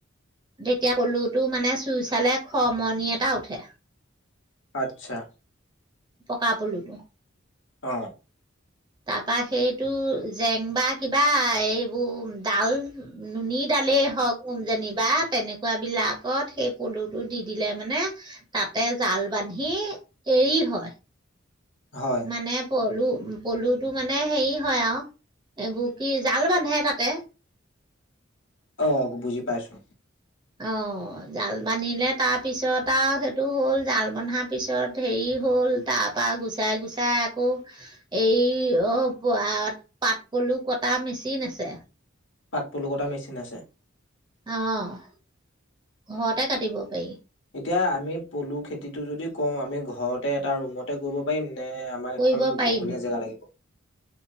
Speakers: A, on the right (about 20°); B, on the left (about 65°).
A: তেতিয়া পলুতো মানে চুই চালে খ মৰনি এটা উঠে।
B: আচ্ছা,
A: পকা পলুটো।
B: অ,
A: তাত তপৰা সেইটো জেং বা কিবা এই এইবোৰ ডাল নুনী ডালেই হওক যেনিবা তেনেকুৱাবলাকত সেই পলুটো দি দিলে মানে তাতে জাল বান্ধি এৰি হয়।
B: হয়
A: মানে পলু পলুটো মানে হেৰি হয় আৰু এইবোৰ কি জাও বান্ধে তাতে।
B: আহ, বুজি পাইছো।
A: অ', জাল বান্ধিলে তাৰপিছত আৰু সেইটো হ'ল জাল বন্ধাৰ পিছত হেৰি হল তাৰপা গুচাই-গুচাই আকৌ এই প পাট পলু কটা মেচিন আছে।
B: পাটপুলুকতটা মেচিন আছে।
A: অ', ঘৰতে কাটিব পাৰি।
B: এতিয়া আমি পলু খেতিটো যদি কওঁ আমি ঘৰতে এটা ৰুমত কৰিব পাৰিম নে আমাৰ
A: কৰিব
B: এখন
A: পাৰিম।
B: বহুলীয়া জেগা লাগিব।